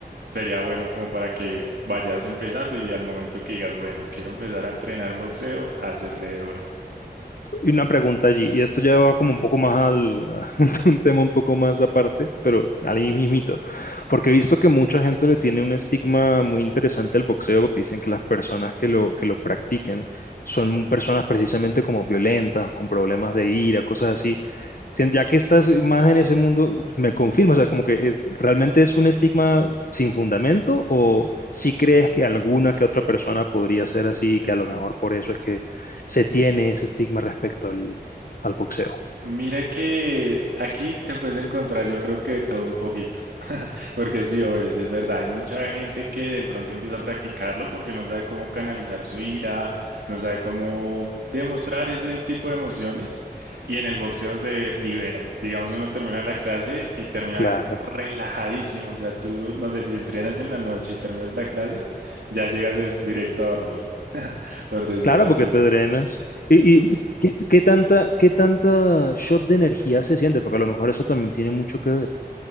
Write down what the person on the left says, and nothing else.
Y una pregunta allí, y esto ya va como un poco más al, a <laughs> un tema un poco más aparte, pero al mismito, porque he visto que mucha gente le tiene un estigma muy interesante al boxeo, porque dicen que las personas que lo, que lo practican son personas precisamente como violentas, con problemas de ira, cosas así. Si- Ya que estás más en ese mundo, me confirma, o sea, como que es- realmente es un estigma sin fundamento, o si crees que alguna que otra persona podría ser así, que a lo mejor por eso es que se tiene ese estigma respecto al, al boxeo.
Claro,
claro,
porque te drenas. ¿Y, y qué, qué tanta, qué tanta shot de energía se siente? Porque a lo mejor eso también tiene mucho que ver.